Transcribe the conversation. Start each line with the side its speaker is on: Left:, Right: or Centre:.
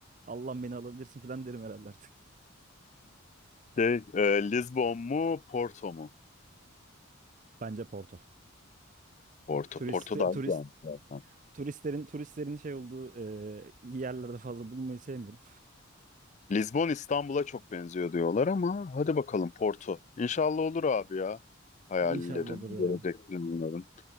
Right: Allah beni alabilirsin falan derim herhalde artık.
Left: şey, e, Lisbon mu Porto mu?
Right: Bence Porto.
Left: Porto.
Right: Turist,
Left: Porto daha güzelmiş
Right: turist,
Left: zaten.
Right: turistlerin turistlerin şey olduğu e, yerlerde fazla bulunmayı sevmiyorum.
Left: Lisbon İstanbul'a çok benziyor diyorlar ama hadi bakalım Porto. İnşallah olur abi ya.
Right: <laughs>
Left: Hayallerin,
Right: İnşallah olur ya.
Left: gelecek planların.